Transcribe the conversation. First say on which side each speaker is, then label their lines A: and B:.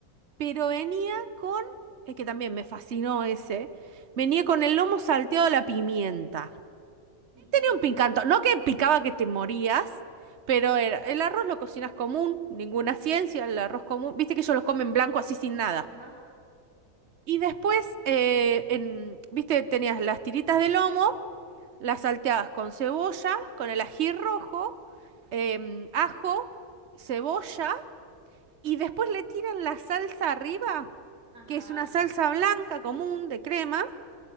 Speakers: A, on the right (about 50°); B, on the right (about 90°).
A: pero venía con, es que también me fascinó ese, venía con el lomo salteado a la pimienta
B: ¿Y cómo
A: un
B: será?
A: picanto. No que picaba que te morías, pero era, el arroz lo cocinas común, ninguna ciencia, el arroz común. Viste que ellos lo comen blanco así sin nada.
B: Ajá,
A: Y después, eh, en- viste, tenías las tiritas de lomo, las salteabas con cebolla, con el ají rojo, em, ajo, cebolla, y después le tiran la salsa arriba,
B: ajá.
A: que es una salsa blanca común de crema,